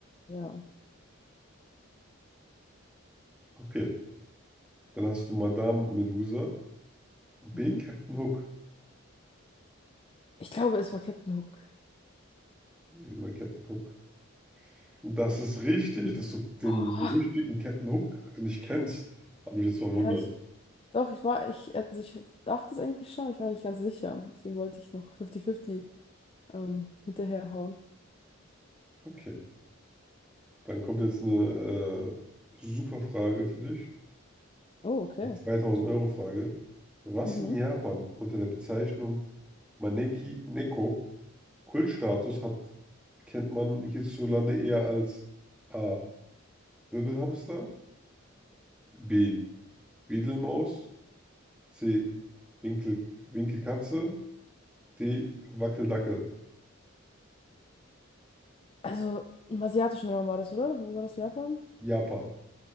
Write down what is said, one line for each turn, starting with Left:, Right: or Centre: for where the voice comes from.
Left: Ja.
Centre: Okay. Dann hast du Madame Medusa und B.
Left: Mhm.
Centre: Captain Hook.
Left: Ich glaube, es war Captain Hook.
Centre: Nehmen wir mal Captain Hook. Das ist richtig, dass du den
Left: Oh,
Centre: berüchtigten Captain Hook nicht kennst. Hat mich jetzt verwundert.
Left: ja, ich, Doch, ich war, ich, also ich dachte es eigentlich schon, aber ich war nicht ganz sicher. Deswegen wollte ich noch 50-50 ähm, hinterherhauen.
Centre: Okay. Dann kommt jetzt eine äh, super Frage für dich.
Left: Oh, okay.
Centre: Die 2000-Euro-Frage. Was
Left: Mhm.
Centre: in Japan unter der Bezeichnung Maneki Neko Kultstatus hat, kennt man hierzulande eher als A. Wirbelhamster, B. Wiedelmaus, C. Winkel, Winkelkatze, D. Wackeldackel.
Left: Also im asiatischen Raum war das, oder? Wo war das Japan?
Centre: Japan.